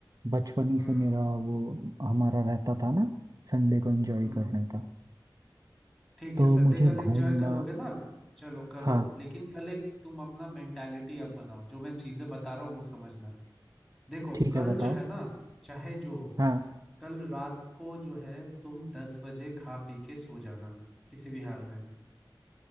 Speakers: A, on the right; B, in the centre.
A: बचपन ही
B: हम्म
A: से मेरा वो हमारा रहता था ना संडे को एंजॉय
B: हम्म
A: करने का
B: ठीक है
A: तो
B: संडे
A: मुझे
B: कल एंजॉय
A: घूमना
B: करोगे ना चलो करो
A: हाँ
B: लेकिन कल एक तुम अपना मेंटालिटी अब बनाओ जो मैं चीजें बता रहा हूँ वो समझना देखो
A: ठीक
B: कल
A: है बताओ
B: जो है ना चाहे जो हो
A: हाँ
B: कल रात को जो है तुम दस बजे खा पी के सो जाना किसी भी हाल में